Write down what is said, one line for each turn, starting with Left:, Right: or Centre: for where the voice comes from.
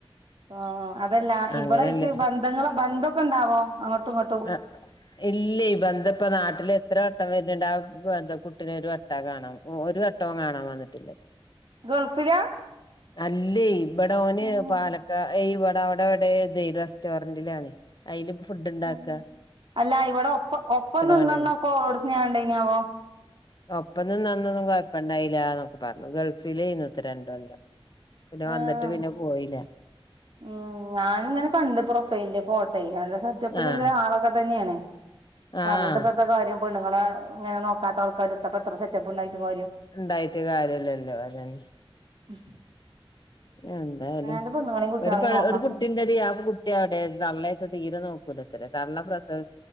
Right: ഓ അതല്ല
Left: അങ്ങനെയല്ലേ
Right: ഇവിടെ ഇച്ച ബന്ധങ്ങള ബന്ധൊക്കെ ഉണ്ടാവൊ അങ്ങോട്ടും ഇങ്ങോട്ടും
Left: <unintelligible> ഇല്ല ഇ ബന്ത ഇപ്പ നാട്ടില് എത്ര വട്ടം വരുന്നുണ്ട് ആഹ് ബന്ത കുട്ടിനെ ഒരു വട്ട കാണാം ഓ ഒരു വട്ടവും കാണാൻ വന്നിട്ടില്ല
Right: ഗൾഫില
Left: <inaudible> അല്ലേ ഇവിടെ ഓന്
Right: ഉം
Left: പാലക്കാ ഇവിടെ അവിടെ ഇവിടെ ഇത് റെസ്റ്റോറന്റിലാണ് അതില ഇ ഫുഡ്ണ്ടാക്കും
Right: ഉം അല്ല ഇവിടെ ഒപ്പം ഒപ്പം നിന്നന്നോക്കോ
Left: പണിയാണ്
Right: ഓരോട് സ്ണ്ടേനാവോ
Left: ഒപ്പം ന്നു നിന്നന്നും കൊപ്പ ഇണ്ടായില്ല പറഞ്ഞു ഗൾഫിൽ ഇന്നത്ര രണ്ടല്ലോ പിന്നെ
Right: ഏഹ്
Left: വന്നിട്ട് പിന്നെ പോയില്ല
Right: ഉം ഞാാനിങ്ങനെ കണ്ട് പ്രൊഫൈലില് ഫോട്ടോ നല്ല സെറ്റപ്പിലള്ളരാളൊക്കെ
Left: ആഹ്
Right: തന്നെയാണ് പറഞ്ഞിട്ട്
Left: ആഹ്
Right: ഇപ്പഴത്തെ കാര്യം പെണ്ങ്ങളെങ്ങെ നോക്കാത്ത ആൾക്കാർത്തപ്പോ എത്ര സെറ്റപ്പ് ഉണ്ടായിരിക്കും കാര്യം
Left: ണ്ടായിട്ട് കാര്യല്ലല്ലോ അതെ <unintelligible>
Right: <unintelligible>
Left: എന്തായാലും
Right: അവനാന്റെ പെണ്ണുങ്ങളെയും കുട്ടികളെയും
Left: ഒരു പെ
Right: നോക്കാം
Left: ഒരു കുട്ടിന്റെടി ആ കുട്ടി അവ്ടെ തള്ളേച്ച തീരെ നോക്കൂലത്തെരെ തള്ള പ്രസവ